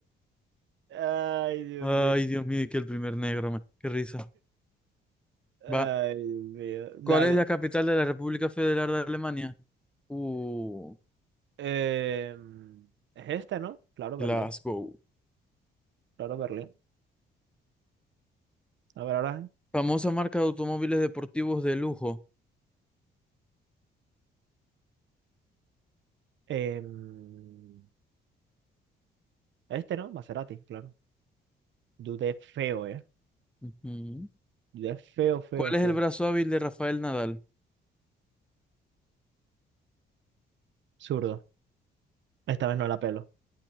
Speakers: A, on the right; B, in the centre.
A: Ay, Dios
B: Ay,
A: mío.
B: Dios mío, que el primer negro, man. Qué risa.
A: Ay,
B: Va.
A: Dios mío. Dale.
B: ¿Cuál es la capital de la República Federal de Alemania? Uh,
A: Em, es este, ¿no? Claro, Berlín.
B: Glasgow.
A: Claro, Berlín. A ver, ahora.
B: Famosa marca de automóviles deportivos de lujo.
A: em, este, ¿no? Maserati, claro. Dudé feo, ¿eh?
B: Ujú.
A: Dudé feo, feo,
B: ¿Cuál es
A: feo.
B: el brazo hábil de Rafael Nadal?
A: Zurdo. Esta vez no la pelo.